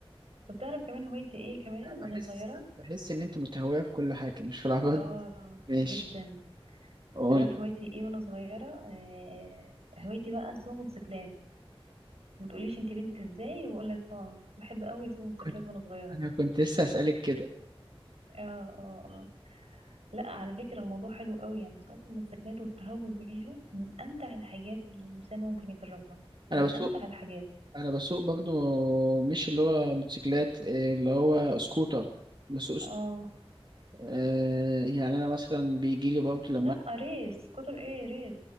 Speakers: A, on the right; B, on the right.
A: طب تعرف كمان هوايتي ايه كمان
B: أنا
A: وانا
B: بحس
A: صغيره
B: بحس ان انت متهويه في كل حاجه مش في العربيات
A: اه
B: ماشي
A: جدا
B: قول
A: تعرف هوايتي ايه وانا صغيره آه هوايتي بقى اسوق موتوسيكلات ما تقوليش انت بنت ازاي واقول لك اه بحب قوي اسوق موتوسيكلات
B: كنت-
A: وانا صغيره
B: انا كنت لسه هسألك كده
A: اه اه آه. لا على فكرة الموضوع حلو قوي يعني سواقة الموتوسيكلات والتهور بيها من أمتع الحاجات اللي الإنسان ممكن يجربها
B: انا
A: من
B: بسوق
A: أمتع الحاجات
B: انا بسوق برضو مش اللي هو موتوسيكلات إيه اللي هو سكوتر بسوق سك...
A: اه
B: آه يعني انا مثلا بيجي لي برضو لما
A: لا ريس كتر ايه ريس